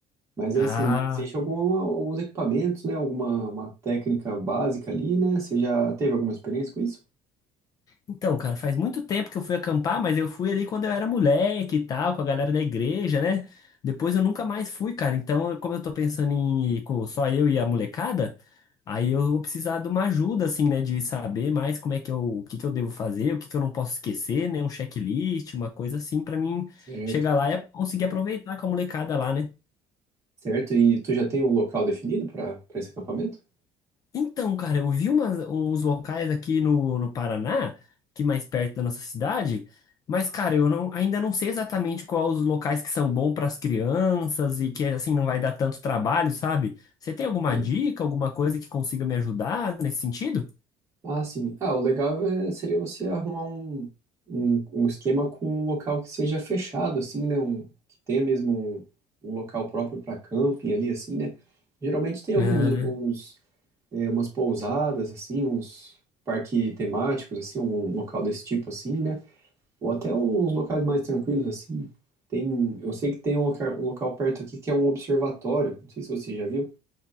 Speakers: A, on the right; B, on the left.
A: Mas
B: Ah.
A: é assim, existe alguma, alguns equipamentos, né? Alguma uma técnica básica ali, né? Você já teve alguma experiência com isso?
B: Então, cara, faz muito tempo que eu fui acampar, mas eu fui ali quando eu era moleque e tal, com a galera da igreja, né? Depois eu nunca mais fui, cara. Então, como eu tô pensando em ir com só eu e a molecada, aí eu vou precisar de uma ajuda, assim, né? De saber mais como é que eu, o que que eu devo fazer, o que que eu não posso esquecer, né? Um checklist, uma coisa assim, pra mim
A: Certo.
B: chegar lá e conseguir aproveitar com a molecada lá, né?
A: Certo, e tu já tem um local definido para para esse acampamento?
B: Então, cara, eu vi umas, uns locais aqui no, no Paraná, que mais perto da nossa cidade, mas, cara, eu não, ainda não sei exatamente quais os locais que são bons para as crianças e que, assim, não vai dar tanto trabalho, sabe? Você tem alguma
A: Sim.
B: dica, alguma coisa que consiga me ajudar nesse sentido?
A: Ah, sim. Ah, o legal é- seria você arrumar um, um, um esquema com um local que seja fechado, assim, né? Um, que tenha mesmo um, um local próprio para camping ali, assim, né? Geralmente tem alguns,
B: Ah,
A: uns, é, umas pousadas, assim, uns parques temáticos, assim, algum local desse tipo, assim, né? Ou até uns locais mais tranquilos, assim. Tem, eu sei que tem um local, um local perto aqui que é um observatório. Não sei se você já viu.